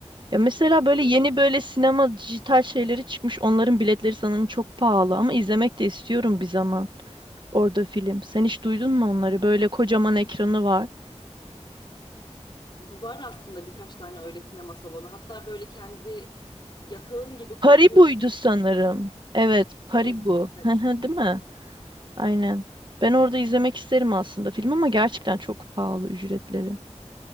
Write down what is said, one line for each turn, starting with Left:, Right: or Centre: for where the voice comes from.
Right: Ya mesela
Left: Ee,
Right: böyle yeni böyle sinema dijital şeyleri çıkmış. Onların biletleri sanırım çok pahalı ama izlemek de istiyorum bir zaman orada film. Sen hiç duydun mu onları? Böyle kocaman ekranı var.
Left: Var aslında birkaç tane öyle sinema salonu. Hatta böyle kendi yatağın gibi koltuğun
Right: Paribu'ydu sanırım. Evet, Paribu.
Left: Evet, evet,
Right: <laughs> Hı hı, Değil mi? Aynen. Ben orada izlemek isterim aslında film ama gerçekten çok pahalı ücretleri.